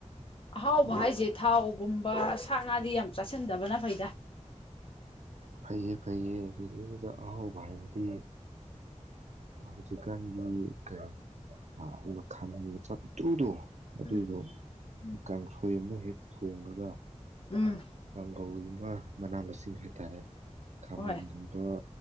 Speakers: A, on the left (about 45°); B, on the right (about 70°).
A: ꯑ ꯍꯥꯎꯕ
B: ꯑꯗꯣ
A: ꯍꯥꯏꯁꯦ ꯊꯥꯎꯒꯨꯝꯕ ꯁꯥ ꯉꯥꯗꯤ ꯌꯥꯝ ꯆꯥꯁꯤꯟꯗꯕꯅ ꯐꯩꯗ
B: ꯐꯩꯌꯦ ꯐꯩꯌꯦ ꯑꯗꯨꯗꯗꯨꯗ ꯑꯍꯥꯎꯕ ꯍꯥꯏꯅꯗꯤ ꯍꯧꯖꯤꯛꯀꯥꯟꯒꯤ ꯀꯔꯤ ꯃꯈꯥꯃꯦꯟ ꯃꯆꯥ ꯄꯤꯛꯇ꯭ꯔꯨꯗꯣ ꯑꯗꯨꯗꯣ
A: ꯎꯝ ꯎꯝ
B: ꯀꯥꯡꯁꯣꯏ ꯑꯃ ꯍꯦꯛ ꯊꯣꯡꯉꯒ
A: ꯎꯝ
B: ꯀꯧꯒꯨꯝꯕ ꯃꯅꯥ ꯃꯁꯤꯡ ꯍꯥꯏꯇꯥꯔꯦ ꯈꯥꯃꯦꯟꯒꯨꯝꯕ
A: ꯍꯣꯏ